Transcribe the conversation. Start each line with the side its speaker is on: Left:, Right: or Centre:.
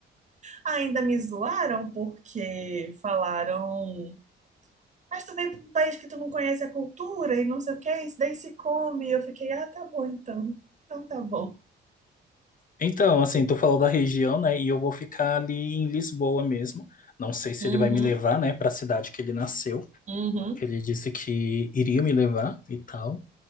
Right: Ainda me zoaram porque falaram, mas tu veio para um país que tu não conhece a cultura e não sei o que, isso daí se come. Eu fiquei, ah, tá bom então. Então tá bom.
Left: Então, assim, tu falou da região, né? E eu vou ficar ali em Lisboa mesmo. Não sei se
Right: Uhum,
Left: ele vai me levar, né, para a cidade que ele nasceu,
Right: uhum,
Left: que ele disse que iria me levar e tal.